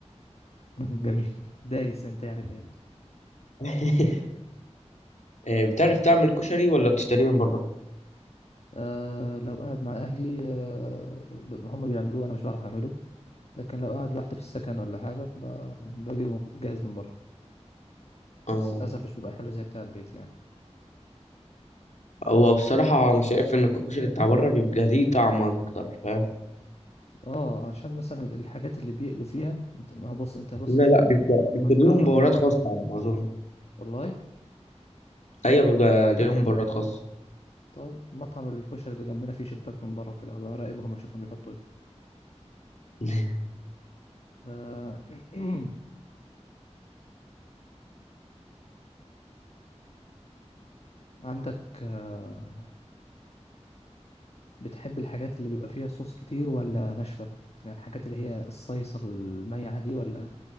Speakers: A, on the left; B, on the left.
A: <laughs> جميل دايس انت يعني فيها
B: <laughs> إيه بتعرف تعمل كشري ولا بتشتريه من بره
A: أه لو قاعد مع أهلي أه ب- هم بيعملوه أنا مش بعرف أعمله لكن لو قاعد لوحدي في السكن ولا حاجة ب- بجيبه جاهز من بره
B: اه
A: بس للأسف مش بيبقى حلو زي بتاع البيت يعني
B: هو بصراحة أنا شايف إن الكشري بتاع بره بيبقى ليه طعم أكتر فاهم
A: اه عشان مثلا الحاجات اللي بيقلوا فيها انت ما هو بص انت بص
B: لا
A: الفكرة
B: لا بيبقى
A: دي
B: بيبقى
A: متكرر
B: ليهم بهارات خاصة على ما أظن
A: والله
B: أيوة بيبقى ليهم بهارات خاصة
A: طيب مطعم الكشري اللي جنبنا فيه شباك من بره كده هبقى اراقبهم اشوفهم بيحطوا ايه
B: <laughs>
A: آه، <clears throat> عندك آه، بتحب الحاجات اللي بيبقى فيها صوص كتير ولا ناشفة يعني الحاجات اللي هي الصيصة الميعة دي ولا